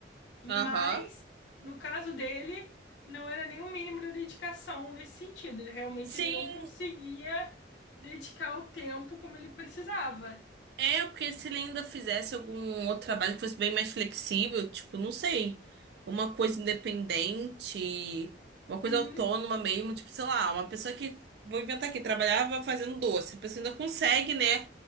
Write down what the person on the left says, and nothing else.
Mas,
no caso dele, não era nem o mínimo de dedicação nesse sentido. Ele realmente
ele não conseguia dedicar o tempo como ele precisava.
Sim.